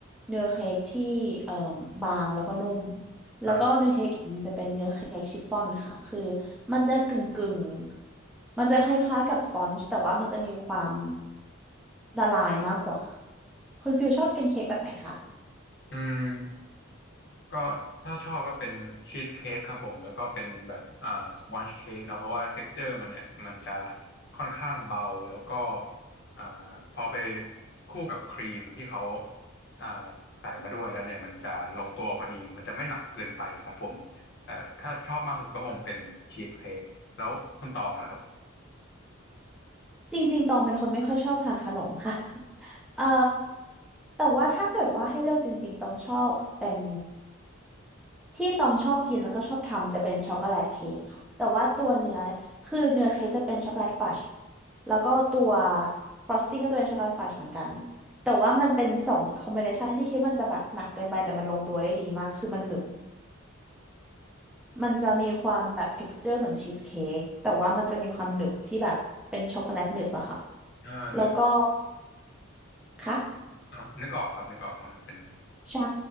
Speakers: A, in the centre; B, on the left.
A: เนื้อเค้กที่เอ่มบางแล้วก็นุ่ม แล้วก็เนื้อเค้กอีกเนี่ยจะเป็นเนื้อเค้กชิฟฟ่อนค่ะคือ
B: อ่ะ
A: มันจะกึ่งกึ่งมันจะคล้ายๆกับสปอนจ์แต่ว่ามันจะมีความละลายมากกว่าคุณฟิลชอบกินเค้กแบบไหนคะ
B: อืม ก็ถ้าชอบก็เป็นชีสเค้กครับผมแล้วก็เป็นแบบอ่าสปอนจ์เค้กเนาะเพราะว่าเท็กซ์เจอร์มันเนี่ยมันจะค่อนข้างเบาแล้วก็อ่าพอไปคู่กับครีมที่เขาอ่าใส่มาด้วยแล้วเนี่ยมันจะลงตัวพอดีมันจะไม่หนักเกินไปครับผมแ่อถ้าชอบมากสุดก็คงเป็นชีสเค้กแล้วคุณตองล่ะครับ
A: จริงๆตองเป็นคนไม่ค่อยชอบทานขนมค่ะ <laughs> เอ่อแต่ว่าถ้าเกิดว่าให้เลือกจริงๆต้องชอบเป็น ที่ตองชอบกินแล้วก็ชอบทำจะเป็นช็อกโกแลตเค้กค่ะแต่ว่าตัวเนื้อคือเนื้อเค้กจะเป็นช็อกโกแลตฟัชแล้วก็ตัวฟรอสติ้งก็จะเป็นช็อกโกแลตฟัชเหมือนกันแต่ว่ามันเป็นสองคอมบิเนชันที่คิดว่ามันจะแบบหนักเกินไปแต่มันลงตัวได้ดีมากคือมันหนึบมันจะมีความแบบ texture เหมือนชีสเค้กแต่ว่ามันจะมีความหนึบที่แบบเป็นช็อกโกแลตหนึบอะค่ะ
B: อ่านึก
A: แล้วก็ค่ะ
B: อ๋อนึกออกครับนึกออกว่ามันเป็นยังไง
A: ใช่